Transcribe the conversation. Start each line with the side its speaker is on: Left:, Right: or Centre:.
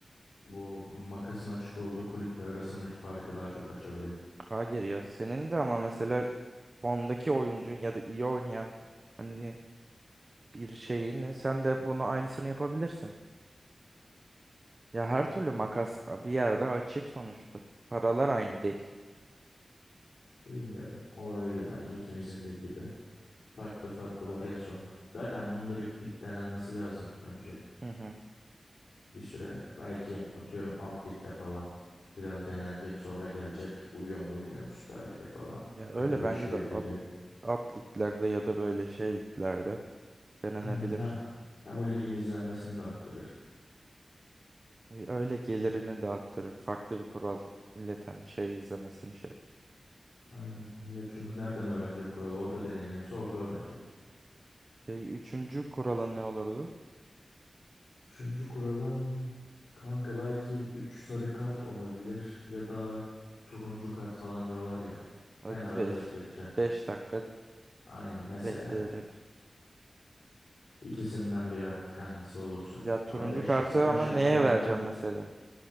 Left: bu makasın açık olduğu kulüpler arasındaki farkı daha çok açabilir.
Right: Hayır ya. Senin de ama mesela formdaki oyuncu ya da iyi oynayan hani bir şeyin sen de bunu aynısını yapabilirsin. Ya her türlü makas bir yerde açık sonuçta. Paralar aynı değil.
Left: Bilmiyorum. Olabilir bence ikimizin dediği de. Farklı farklı varyasyon. Zaten bunun direkt bit denenmesi lazım önce
Right: Hı hı.
Left: bir süre. Belki atıyorum alt ligde falan biraz denenecek sonra gelecek uyuyor mu uymuyor mu Süper Lig'e falan
Right: Ya öyle
Left: ya da 5
Right: bence
Left: büyük
Right: de at,
Left: lige.
Right: at liglerde ya da böyle şey liglerde denenebilir.
Left: Aynen hem hem o ligin izlenmesini de arttırır.
Right: E, Öyle gelirini dağıttırır. Farklı bir kural milletin hani şey izlemesini şey yapar.
Left: Aynen. Millet çünkü nereden öğrenecek kuralı? Orada deneniyorsa orada öğrenecek.
Right: Peki üçüncü kuralın ne olurdu?
Left: Üçüncü kuralım kanka belki 3 sarı kart olabilir ya da turuncu kart falan diyorlar ya.
Right: Hadi
Left: Kenarda
Right: beş.
Left: bekleteceksin.
Right: Beş dakika
Left: Aynen mesela.
Right: bekleyecek.
Left: İkisinden biri artık hangisi olursa.
Right: Ya turuncu
Left: Ama 5
Right: kartı
Left: mesela 5
Right: ama neye
Left: dakika 10 dakika
Right: vereceğim mesela?